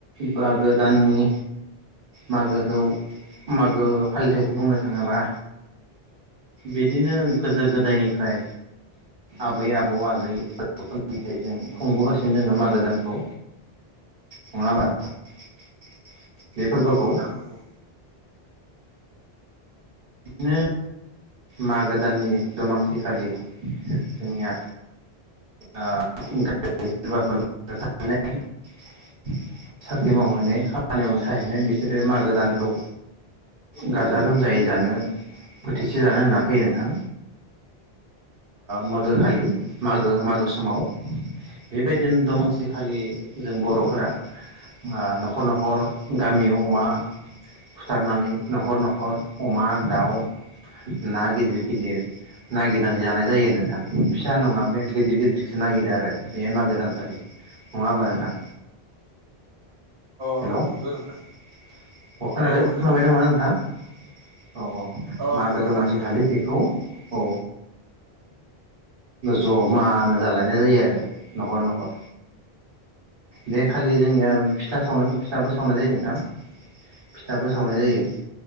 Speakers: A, on the right (about 60°); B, on the right (about 35°).
A: मागो दाननि मागोखौ मागो फालिथायखौ बुंनो थांङोबा बिदिनो गोदो गोदायनिफ्राय आबै आबौ आजै <unintelligible> जों खुंबोगासिनो दङ मागो दानखौ नंङा होनबा नोंथां? बे फोरबोखौ।
B: औ नोंथां नंगौ
A: बिदिनो मागो दाननि दमासिखालि जोंनिया ओ <unintelligible> साख्रि मावहैनाय खामानि मावनो थाहैनाय बिसोरो मागो दानखौ गाजा गोमजायै जानो बोथिसे जानो होनना फैयो नोंथां मागो खालि मागो मागो स समाव बेबायदिनो दमासिखालि जों बर'फोरा ओ न'खर न'खर गामियाव अमा फुथारनानै न'खर न'खर अमा दाउ ना गिदिर गिदिर नागिरनानै जानाय जायो नोंथां फिसा नंङा बे गिदिर गिदिरसो नागिरो आरो बे मागो दानसालि नंङा होमबा नोंथां
B: अ
A: हेलौ अ
B: नंगौ नोंथां
A: खोनादो
B: औ
A: खोनाबाय
B: नंगौ
A: दंना नोंथाङा? औ औ
B: अ
A: मागो
B: नंगौ
A: दमासि
B: खोनादो
A: खालि
B: दे
A: बेखौ औ ओ जमानो जालायनाय जायो आरो नखर नखर बे खालि जोंनिया फिथा
B: औ
A: सावनो फिथाबो सावनाय जायो नोंथां फिथाबो सावनाय जायो